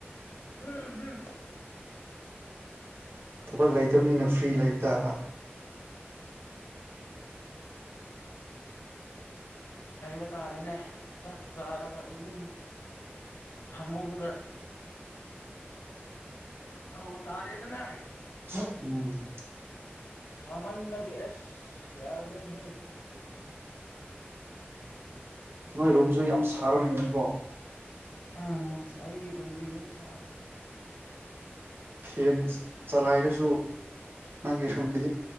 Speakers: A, on the left; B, on the right.
A: ꯑꯝ ꯑꯝ
B: ꯊꯕꯛ ꯂꯩꯇꯕꯅꯤꯅ ꯐ꯭ꯔꯤ ꯂꯩꯕ ꯇꯥꯕ <inaudible>
A: ꯍꯥꯏꯕ ꯇꯥꯔꯦꯅꯦ ꯆꯥꯛ ꯆꯥꯔꯒ ꯑꯗꯨꯝ ꯐꯥꯃꯨꯡꯗ ꯇꯧꯕ ꯇꯥꯔꯦꯗꯅ
B: ꯎꯝ
A: ꯁꯃꯥꯟ ꯕꯒꯤ ꯑꯁ ꯌꯥꯗ꯭ꯔꯦꯅꯦꯍꯦ
B: ꯅꯣꯏ ꯔꯨꯝꯁꯨ ꯌꯥꯝ ꯁꯥꯔꯝꯒꯅꯤꯀꯣ
A: ꯎꯝ ꯑꯩ ꯒꯤꯔꯨꯝꯗꯤ ꯅꯨꯡ ꯁꯥ
B: ꯐꯦꯟ ꯆꯂꯥꯏꯔꯁꯨ ꯅꯪꯒꯤ ꯔꯨꯝꯗꯤ